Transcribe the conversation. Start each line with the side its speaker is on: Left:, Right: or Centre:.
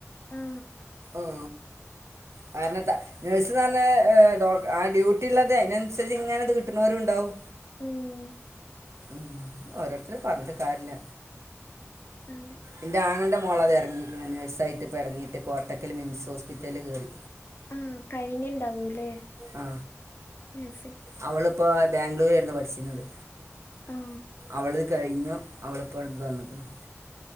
Left: ആ
Right: മ് കാര്ണത നേഴ്സ്ന്നർഞ്ഞേയ് ഡോ ആഹ് ഡ്യൂട്ടി ഉള്ളത് അയിനൻസരിച്ച് ഇങ്ങനെത് കിട്ട്ണോരുന്നണ്ടാവും.
Left: ഉം
Right: ഉം ഓരോരുത്തരും പറഞ്ഞിട്ട് കാര്യല്ല
Left: അതെ
Right: ഇൻ്റെ ആങ്ങൾന്റെ മോള അത് ഇറങ്ങിയിരിക്കുന്നത് നഴ്സായിട്ട ഇപ്പോൾ ഇറങ്ങിയിട്ട് കോട്ടയ്ക്കല്കോട്ടക്കല് മിംസ് ഹോസ്പിറ്റലിൽ കയറി
Left: ആഹ് കഴിഞ്ഞിണ്ടാവുലെ
Right: ആ
Left: നഴ്സിംഗ്
Right: അവളിപ്പോൾ ബാംഗ്ലൂർ ആയിരുന്നു പഠിച്ചിരുന്നത്.
Left: ആ
Right: അവള് കഴിഞ്ഞു അവളിപ്പോ എടുത്തു തന്നേക്കുണ്.